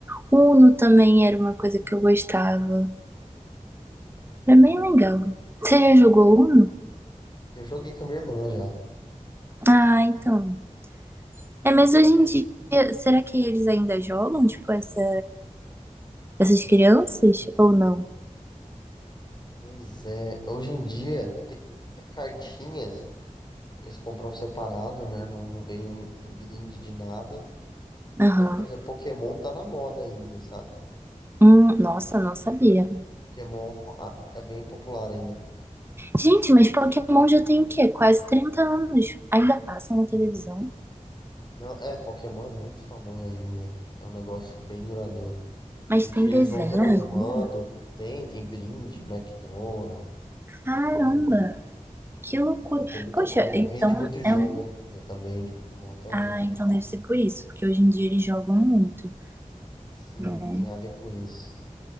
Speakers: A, on the right; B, on the left.
A: Uno também era uma coisa que eu gostava. Era bem legal. Você já jogou Uno?
B: Eu joguei com a minha irmã já.
A: Ah, então. É, mas hoje em dia, será que eles ainda jogam, tipo, essa, essas crianças ou não?
B: Pois é, hoje em dia, tem cartinhas. Eles compram separado, né? Não, não vem em brinde de nada.
A: Aham.
B: Mas, por exemplo, Pokémon tá na moda ainda, sabe?
A: Hum, nossa, não sabia.
B: Pokémon ah, é bem popular ainda.
A: Gente, mas Pokémon já tem o quê? Quase 30 anos. Ainda passa na
B: Sim.
A: televisão,
B: Não, é, Pokémon é muito famoso ainda. É um negócio que bem duradouro.
A: mas
B: Porque
A: tem
B: eles
A: desenho
B: vão renovando.
A: ainda.
B: Tem, tem brinde no McDonald's.
A: Caramba,
B: Tem,
A: que
B: tem,
A: loucura.
B: pô, tem muita
A: Poxa,
B: coisa.
A: então
B: Vende muito jogo
A: é um
B: ainda também de Pokémon até
A: Ah,
B: hoje.
A: então deve ser por isso, porque hoje em dia eles jogam muito,
B: Sim,
A: né?
B: tem a ver com isso.